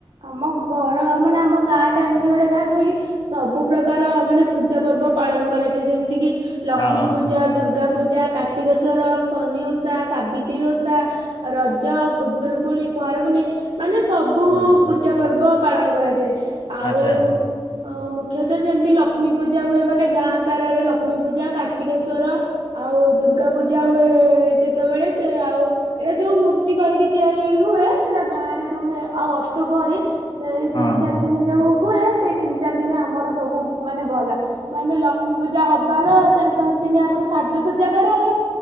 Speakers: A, on the right; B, on the left.
A: ଆମ ଘର ମାନେ ଆମ ଗାଁ ଟା ଏମିତି ଗୋଟେ ଗାଁ ଯୋଉଠି ସବୁ ପ୍ରକାର ମାନେ ପୂଜା ପର୍ବ ପାଳନ କରାଯାଏ ଯେମିତି କିି ଲକ୍ଷ୍ମୀ
B: ହଁ ହଁ।
A: ପୂଜା ଦୁର୍ଗା ପୂଜା କାର୍ତ୍ତିକେଶ୍ୱର ଶନି ଓଷା ସାବିତ୍ରୀ ଓଷା ରଜ ଖୁଦରୁ କୁଣି କୁଆଁର ପୁନେଇଁ ମାନେ ସବୁ
B: ହୁଁ
A: ପୂଜା ପର୍ବ ପାଳନ କରାଯାଏ। ଆଉ
B: ଆଚ୍ଛା
A: ହ ମୁଖ୍ୟତଃ ଯେମିତି ଲକ୍ଷ୍ମୀ ପୂଜା ହୁଏ ମାନେ ଗାଁ ସାରରେ ଲକ୍ଷ୍ମୀ ପୂଜା କାର୍ତ୍ତିକେଶ୍ଵର ଆଉ ଦୁର୍ଗା ପୂଜା ହୁଏ ଯେତେବେଳେ ସେ ଆଉ ଏରା ଯୋଉ ମୂର୍ତ୍ତି କରିକି ତିଆରି ରି ହୁଏ ସେଟା ଗାଁ ରେ ରୁହେ ଆଉ ଅଷ୍ଟପହରୀ ସେଇ
B: ହଁ
A: ତିନି ଚାରି ଦିନି ଯୋଉ ହୁଏ ସେଇ ତିନି ଚାରି ଦିନ ଆମର ସବୁ ମାନେ ଭଲ ମାନେ ଲକ୍ଷ୍ମୀ ପୂଜା ହବାର ଚାରି ପାଞ୍ଚ ଦିନ ଆଗରୁ ସାଜସଜା କରାହୁଏ।